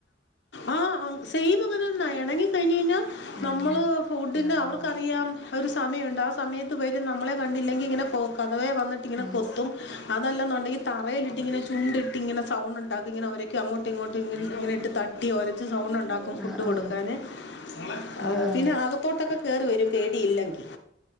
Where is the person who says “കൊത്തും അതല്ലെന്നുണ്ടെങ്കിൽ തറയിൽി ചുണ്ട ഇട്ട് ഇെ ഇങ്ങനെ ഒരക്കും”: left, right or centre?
Left